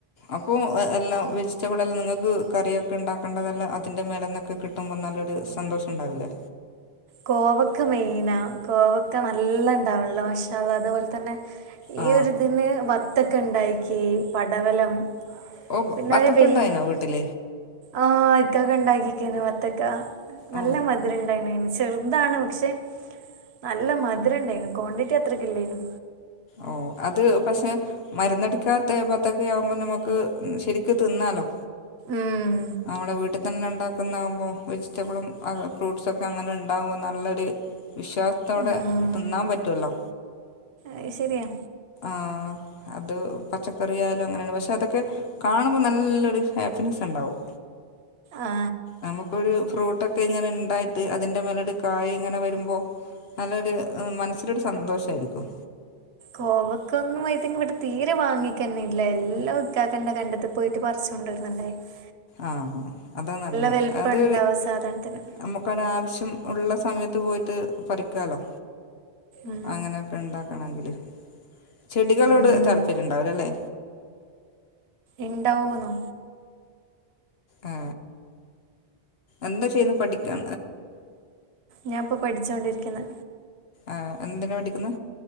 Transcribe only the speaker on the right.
കോവക്ക മെയിനാ കോവക്ക നല്ല ഇണ്ടാവുള്ളോ പക്ഷാ അ അതുപോലെ തന്നെ
ഈ ഒരുതിനു വത്തൊക്കെ ഉണ്ടക്കി പടവലം
<unintelligible>
ആഹ് ഇക്കാക്ക ഇ ണ്ടാക്കി വത്തക്ക നല്ല
മധുരംണ്ടായിന് ചെറുതാണ് പക്ഷെ നല്ല മധുരംണ്ടായിന ക്വാണ്ടിറ്റി അത്രക്ക ഇല്ലായിന്
ഉം
ഉം
അത് ശരിയാ
ആ
കോവക്ക ഒന്നും ത്തി ഇവിടെ തീരെ വാങ്ങിക്കന്നെ ഇല്ല എല്ലാം ഇക്കാക്കണ്ട കണ്ടത്തി പോയിട്ട് പറച്ചുകൊണ്ട് വരും <unintelligible>
വലിപ്പണ്ടാവും
സാധനത്തിന്
ഉം
ഉം
ഇണ്ടാവ്വോന്നോ?
ഞാഇപ്പോ പഠിച്ചോണ്ടിരിന്നു.